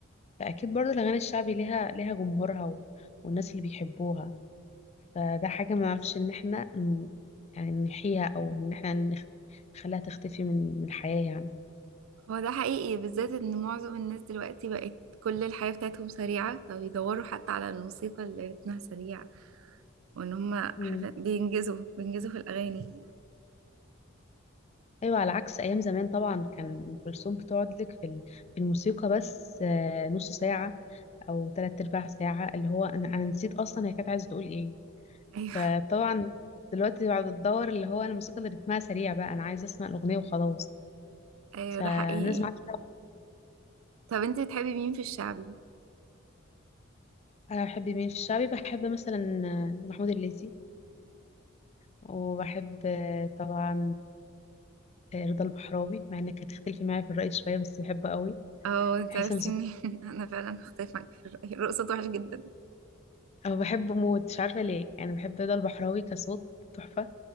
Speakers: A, on the left; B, on the right.
A: فأكيد برضو الأغاني الشعبي ليها ليها جمهورها و... والناس اللي بيحبوها فده حاجة ما نعرفش إن احنا ن- يعني نحيها أو إن احنا نخ... نخليها تختفي من من الحياة يعني
B: هو ده حقيقي بالذات ان معظم الناس دلوقتي بقت كل الحياة بتاعتهم سريعة فبيدوروا حتى على الموسيقى اللي رتمها سريع وان هما
A: مم.
B: حرفيا بينجزوا بينجزوا في الاغاني
A: أيوة على عكس أيام زمان طبعا كان أم كلثوم بتقعد لك في ال- في الموسيقى بس آه، نص ساعة او تلات ارباع ساعة اللي هو انا انا نسيت اصلا هي كانت عايزة تقول ايه
B: <laughs> ايوه
A: فطبعا دلوقتي بعد الدور اللي هو الموسيقى اللي رتمها سريع بقى انا عايزة اسمع الاغنية وخلاص
B: ايوه
A: فالناس
B: ده حقيقي
A: ما عادش تعرف
B: طب انتي بتحبي مين في الشعبي
A: انا بحب مين في الشعبي بحب مثلا محمود الليثي وبحب طبعا رضا البحراوي مع انك هتختلفي معايا في الرأي شوية بس بحبه قوي
B: اه انت
A: بحس
B: عرفتي
A: ان صوته
B: منين <laughs> انا فعلا هختلف معاك في الرأي الرقصة وحش جدا
A: أو بحبه موت مش عارفة ليه يعني بحب رضا البحراوي كصوت تحفة